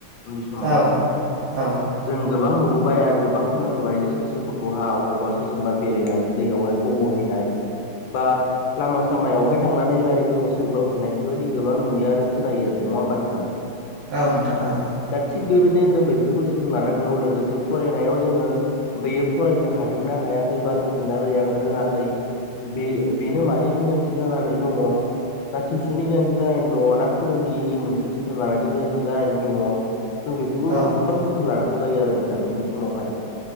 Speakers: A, on the left; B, on the right.
A: उननि समाव
B: औ औ
A: जों गोबां नु बोबाय आरो गोबां खोनाबोबाय जे सासे गथ'हा अबावब सोरो जोंबा बेरायनानै दैयावहाय गब'हैनाय बा लामा सामायावहाय थांनानै गारिफोरजों सौग्रावहैनाय बेफोरबायदि गोबां नुयो आरो खोनायो आरो नङा होमबा नोंथां।
B: औ नोंथां औ
A: दा थिग बेबायदिनो जों बेफोरखौ जोथोन लानांगौ लोगोसे फरायनायाव जोंङो बेयो फरायनो हादोंना हाया खै बा रोंदोंना रों रोङाखै। बे बेनो मानि गोनांथि जानानै दंङो ना टिउसननि गोनांथि जानानै दङो ना फोरोंगिरिनि मोनसे जोथोन लानायनि गोरोन्थि जानानै दङो। जों बेफोरखौ
B: औ
A: गोबां जोथोन लानांगौ जायो आरो नोंथां उन्दै समावहाय